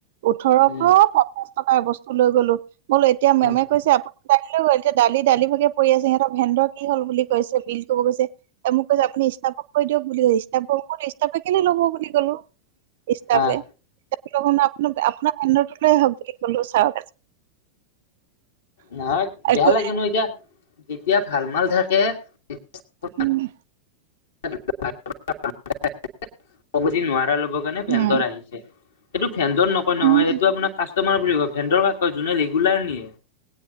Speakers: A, on the right; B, on the left.
A: ওঠৰশ
B: উম
A: পঞ্চাছ টকাৰ বস্তু লৈ গলোঁ ব'ল এতিয়া মেমে
B: উম
A: কৈছে আপুনি <unintelligible> গ'ল এতিয়া দালি দালি ভাগে পৰি আছে সিহঁত <unintelligible> ভেন্দৰ কি হল বুলি কৈছে বিল কব কৈছে, মোক কৈছে আপুনি ষ্টাফক কৈ দিয়ক বুলি কৈছে ষ্টাফক <unintelligible> তাৰ পা কিনি ল'ব বুলি ক'লো। ষ্টাফে,
B: আহ
A: <unintelligible> আপোনাৰ ভেণ্ডৰ টোলৈ আহক বুলি কলো চাওক।
B: নহয় বেয়া
A: একো
B: লাগে
A: নাই
B: ন এতিয়া যেতিয়া ভাল মাল থাকে <unintelligible>
A: উম
B: <unintelligible> কবি নোৱাৰা ল'ব কাৰণে ভেণ্ডৰ
A: উম
B: আহিছে। এইটো ভেণ্ডৰ নকয় নহয়
A: উম
B: এইটো আপোনাৰ কাষ্টমাৰ বুলি কয়, ভেণ্ডৰ কাক কয় যোনে ৰেগুলাৰ নিয়ে।